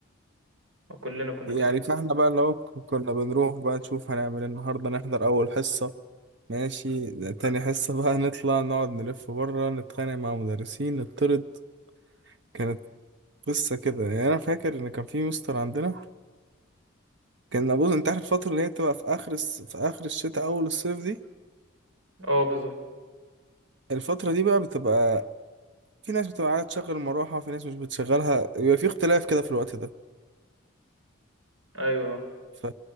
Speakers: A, on the right; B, on the right.
A: <laughs> كلنا كنا
B: يعني
A: كده
B: فاحنا بقى اللي هو ك- كنا بنروح بقى نشوف هنعمل إيه النهاردة نحضر اول حصة ماشي تاني حصة بقى <laughs> نطلع نقعد نلف بره نتخانق مع مدرسين نطرد كانت قصة كده يعني انا فاكر ان كان في مستر عندنا كان ابوظ انت عارف الفترة اللي هي بتبقى في اخر الس... في اخر الشتاء اول الصيف دي
A: اه بالظبط
B: الفترة دي بقى بتبقى في ناس بتبقى عايزة تشغل المروحة وفي ناس مش بتشغلها بيبقى في اختلاف كده في الوقت ده
A: ايوه
B: ف...